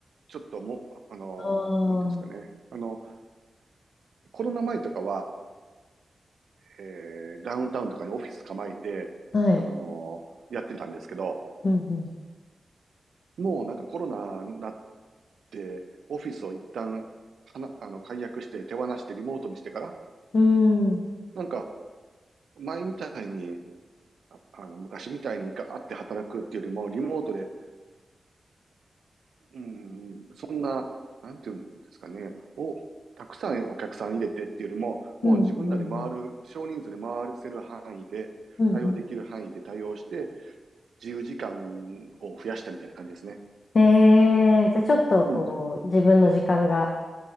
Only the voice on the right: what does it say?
ちょっともあのなんていうんですかね。
あの、コロナ前とかは、えー、ダウンタウンとかにオフィス構えて、
あのやってたんですけど、
もうなんかコロナになって、オフィスを一旦、はな、あの、解約して手放してリモートにしてから、
なんか前みたいに、ああの、昔みたいにガーって働くっていうよりも、リモートでうん、そんな、なんていうんですかね、を、たくさんお客さん入れてっていうよりも、もう自分らで回る、
少人数で回せる範囲で、
対応できる範囲で対応して、
自由時間を増やしたみたいな感じですね。
うん。